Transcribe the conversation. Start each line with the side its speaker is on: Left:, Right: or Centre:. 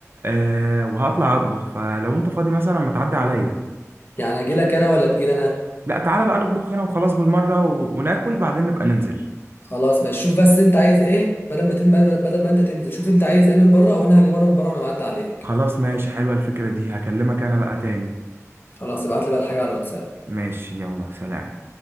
Right: أه وهطلع اطبخ فلو انت فاضي مثلا ما تعدي عليا
Left: يعني اجي لك انا ولا تجي لي انا
Right: لا تعالى بقى نطبخ هنا وخلاص بالمره و... وناكل بعدين نبقى ننزل
Left: خلاص ماشي شوف بس انت عايز ايه بدل ما تن... بدل ما انت تنزل شوف انت عايز ايه من بره وانا هجيب انا من بره وانا معدي عليك
Right: خلاص ماشي حلوه الفكره دي هكلمك انا بقى تاني
Left: خلاص ابعت لي بقى الحاجه على الواتساب
Right: ماشي يلا سلام